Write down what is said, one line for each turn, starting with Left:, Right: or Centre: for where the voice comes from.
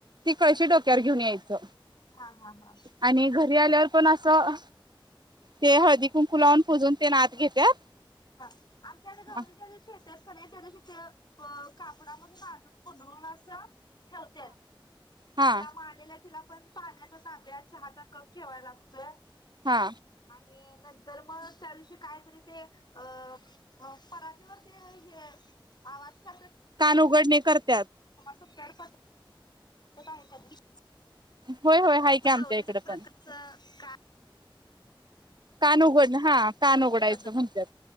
Right: ती कळशी डोक्यावर घेऊन यायचं.
Left: हा हा हा
Right: आणि घरी आल्यावर पण असं ते हळदी कुंकू लावून पूजून तेन आत घेत्यात.
Left: <unintelligible> आमच्यात गौरीच्या
Right: हा
Left: दिवशी <unintelligible> कापडामध्ये बांधून गुडळून असं ठेवत्यात
Right: हा
Left: तिला म आलेल्या तिला पण पाण्याच्या तांब्या चहाचा कप ठेवायला लागतोय
Right: हा
Left: आणि नंतर मग त्यादिवशी कायतरी ते अं म परातीवरती हे आवाज करत्या
Right: कान उघडणे करत्यात.
Left: तुमच्याकड पद्धत <unintelligible>
Right: होय होय हाय की
Left: म
Right: आमच्या
Left: गौरी
Right: इकडे
Left: एक प्रकारच
Right: पण
Left: का
Right: कान उघडण हा कान
Left: काहीतरी
Right: उघडायचं
Left: पद्धत
Right: म्हणत्यात.